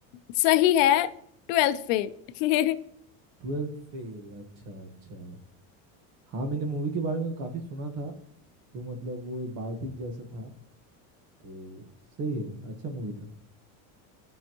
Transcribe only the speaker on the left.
सही है ट्वेल्थ फेल <laughs>